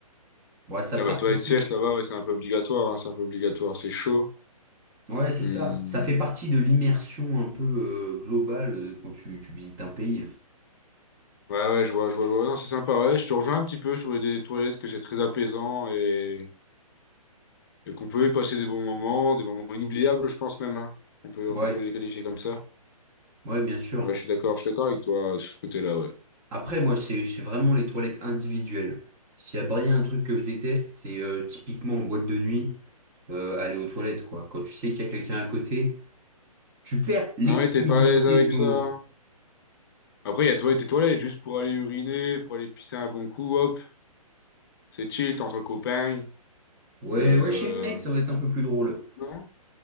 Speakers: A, on the right (about 20°); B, on the left (about 35°).
A: Ouais, ça
B: Ah
A: participe.
B: bah, toilettes sèches, là-bas, ouais, c'est un peu obligatoire, hein, C'est un peu obligatoire. C'est chaud.
A: Ouais, c'est
B: Hmm.
A: ça. Ça fait partie de l'immersion un peu euh, globale euh, quand tu, tu visites un pays.
B: Ouais, ouais, je vois, je vois, je vois. Non, c'est sympa, ouais. Je te rejoins un petit peu sur l'idée des toilettes, que c'est très apaisant et, et qu'on peut y passer des bons moments, des moments inoubliables, je pense même, hein. On peut,
A: Ouais,
B: on peut les qualifier comme ça.
A: ouais, bien sûr.
B: Ouais, je suis d'accord, je suis d'accord avec toi euh, sur ce côté-là, ouais.
A: Après, moi, c'est c'est vraiment les toilettes individuelles. S'il y a bien un truc que je déteste, c'est euh, typiquement en boîte de nuit, euh, aller aux toilettes, quoi. Quand tu sais qu'il y a quelqu'un à côté, tu perds l'exclusivité
B: Ah ouais, t'es pas à l'aise avec
A: du moment.
B: ça. Après, il y a toilettes et toilettes, juste pour aller uriner, pour aller pisser un bon coup, hop. C'est chill, t'es entre copains.
A: Ouais,
B: Euh,
A: ouais, chez le mec, ça
B: euh,
A: va être un peu plus drôle.
B: non?